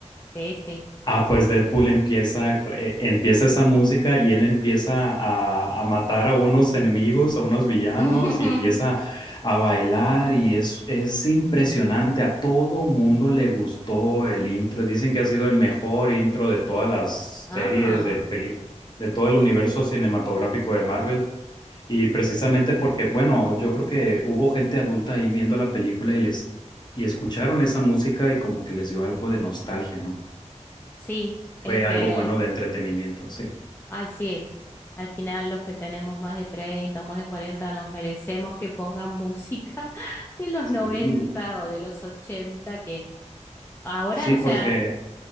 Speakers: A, on the left; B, on the left.
A: sí, sí.
B: Ah, pues Deadpool empieza, eh, empieza esa música y él empieza a, a matar a unos enemigos, a unos villanos
A: <laughs>
B: y empieza a bailar y es, es impresionante. A todo mundo le gustó el intro. Dicen que ha sido el mejor intro de todas las
A: Ah,
B: series de peli, de todo el universo cinematográfico de Marvel. Y precisamente porque, bueno, yo creo que hubo gente adulta ahí viendo la película y les y escucharon esa música y como que les dio algo de nostalgia, ¿no?
A: sí, es
B: Fue
A: que,
B: algo bueno de entretenimiento, sí.
A: ay, sí, al final los que tenemos más de 30 o más de 40 nos merecemos que pongan música <laughs> de los
B: Sí,
A: 90 o de los 80 que ahora,
B: Sí,
A: no
B: porque
A: sea,